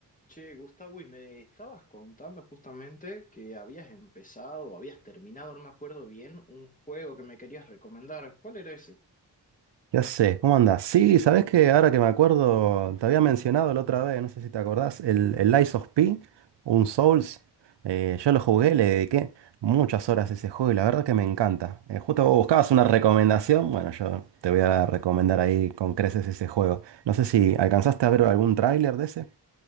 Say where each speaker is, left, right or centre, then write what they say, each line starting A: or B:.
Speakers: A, on the left; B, on the right.
A: Che, Gustavo, y me estabas contando justamente que habías empezado o habías terminado, no me acuerdo bien, un juego que me querías recomendar. ¿Cuál era ese?
B: Ya sé, ¿cómo andás? Sí, ¿sabés que Ahora que me acuerdo, te había mencionado la otra vez, no sé si te acordás, el, el Lies of P, un Souls. eh, yo lo jugué, le dediqué muchas horas a ese juego y la verdad que me encanta. Eh, justo vos buscabas una recomendación, bueno, yo te voy a recomendar ahí con creces ese juego. No sé si alcanzaste a ver algún tráiler de ese.